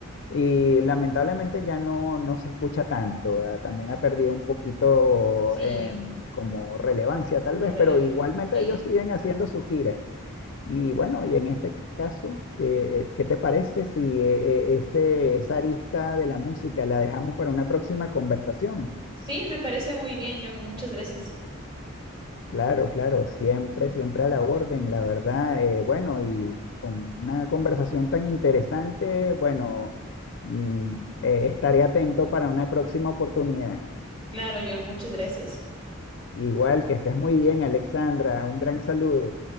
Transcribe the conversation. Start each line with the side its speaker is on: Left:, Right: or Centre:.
Left: Y lamentablemente ya no, no se escucha tanto, ¿verdad? También ha perdido un poquito
Right: Sí,
Left: eh, como relevancia tal
Right: como
Left: vez,
Right: relevo.
Left: pero igualmente
Right: Sí,
Left: ellos siguen haciendo sus giras. Y bueno, y en este caso, eh, eh, ¿qué te parece si eh, eh, ese, esa arista de la música la dejamos para una próxima conversación?
Right: sí, me parece muy bien, John. Muchas gracias.
Left: Claro, claro, siempre, siempre a la orden, la verdad. eh, bueno, y con una conversación tan interesante, bueno, mm, eh, estaré atento para una próxima oportunidad.
Right: Claro, John, muchas gracias.
Left: Igual que estés muy bien, Alexandra, un gran saludo.